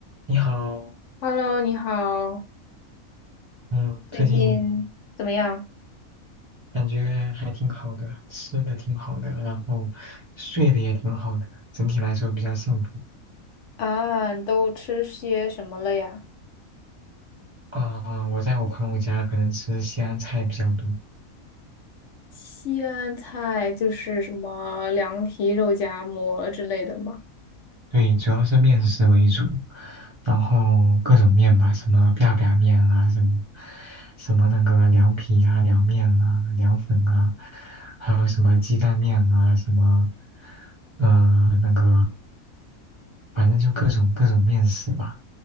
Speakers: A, on the right; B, on the left.
A: 你好，
B: Hello，你好。
A: 嗯，
B: 最近怎么样？
A: 最近感觉还挺好的，吃的挺好的，然后睡的也挺好的，整体来说比较幸福。
B: 啊，你都吃些什么了呀？
A: 啊、我在我朋友家可能吃西安菜比较多，
B: 西安菜就是什么凉皮、肉夹馍之类的嘛，
A: 对，主要是面食为主，然后各种面吧，什么 biang biang 面啊，什么什么那个凉皮啊、凉面啊、凉粉啊，还有什么鸡蛋面啊，什么呃那个。反正就各种各种面食吧，